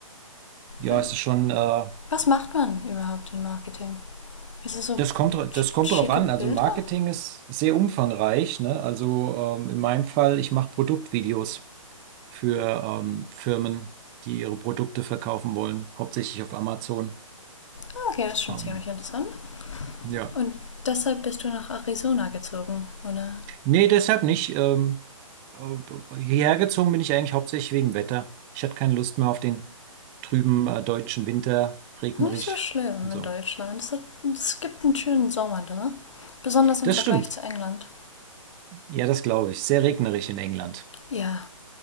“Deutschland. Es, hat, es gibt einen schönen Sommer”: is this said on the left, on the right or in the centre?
Left